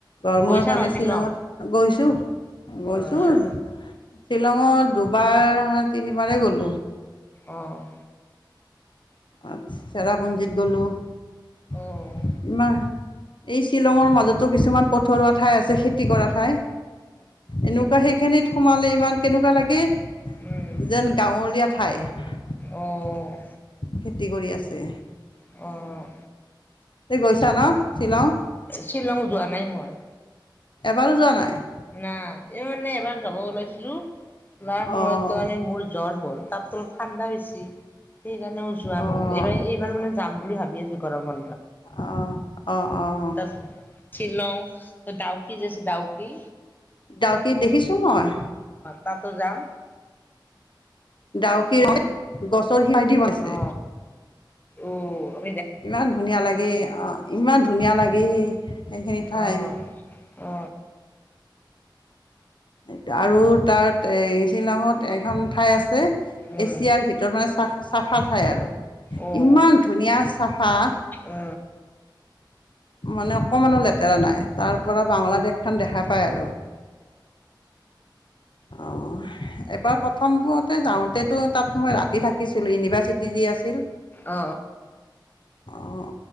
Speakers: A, on the left; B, on the left.
A: গৰমৰ
B: গৈছা
A: কাৰণে
B: ন শ্বিলং?
A: শ্বিলঙত গৈছো গৈছো
B: অ',
A: শ্বিলঙত দু দুবাৰ তিনিবাৰে গলো।
B: অ',
A: আচছ চাৰ ব <inaudible> যত গ'লোঁ
B: অ',
A: <inaudible>
B: উম,
A: নাই। এই শ্বিলঙৰ মাজতো কিছুমান পথৰুৱা ঠাই আছে সেই খেতি কৰা ঠাই। এনেকুৱা সেইখিনিত সোমালে ইমান কেনেকুৱা লাগে যেন
B: উম,
A: গাঁৱলীয়া ঠাই।
B: অ',
A: খেতি কৰি আছে।
B: অহ।
A: তে গৈছ ছানা শ্বিলং?
B: শ্বিলং যোৱা নাই মই।
A: এবাৰো যোৱা নাই?
B: উম এইমানে এইবাৰ যাব ওলাইছিলো নাই হোৱা
A: অঁ
B: সময়ত মানে মোৰ জ্বৰ হ'ল। তাত ত অলপ ঠাণ্ডা বেছি। সেইকাৰণেও যোৱা
A: অঁ
B: নহল এইবাৰ এইবাৰ মানে যাম বুলি ভাবি আছো গৰম ব
A: অঁ অঁ অঁ
B: ত শ্বিলং ডাওকি যেছে ডাওকি
A: দাওকি দেখিছো মই।
B: তাতো যাম।
A: ডাউকি গছৰ সিৰাইদি বনাইছে
B: অ অ অ
A: ইমান ধুনীয়া লাগে আহ ইমান ধুনীয়া লাগে সেইখিনি ঠাই
B: অ অ অ
A: সেইটা আৰু তাত এই শ্বিলঙত এখন ঠাই আছে এছিয়াৰ
B: উম
A: ভিতৰত মানে চাফা ঠাই আৰু
B: অ উম
A: ইমান ধুনীয়া চাফা
B: অ
A: মানে অকণমানো লেতেৰা নাই তাৰ পৰা বাংলাদেশখন দেখা পায় আৰু অ এবাৰ প্ৰথমতে যাওঁতেতো তাত মই ৰাতি থাকিছিলো ইউনিভাৰ্চিটি যি আছিল
B: অ অ অ
A: অ